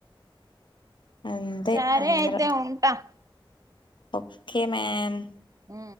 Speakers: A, on the left; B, on the right.
A: <inaudible> అంతే
B: సరే
A: అంద్ర
B: అయితే ఉంటా
A: ఓకే మ్యామ్
B: ఆ